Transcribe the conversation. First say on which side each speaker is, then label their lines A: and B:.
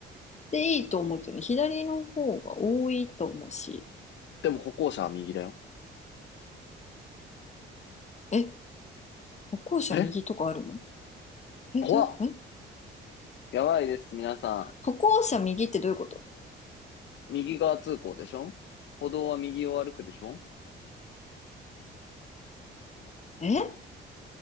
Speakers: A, on the left; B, on the left.
A: でいいと思うけどね、左の方が多いと思うし。
B: でも歩行者は右だよ。
A: え、歩行者右とかあるの
B: え
A: え、
B: 怖っ
A: どう、え
B: やばいです、皆さん。
A: 歩行者右ってどういうこと
B: 右側通行でしょ歩道は右を歩くでしょ
A: え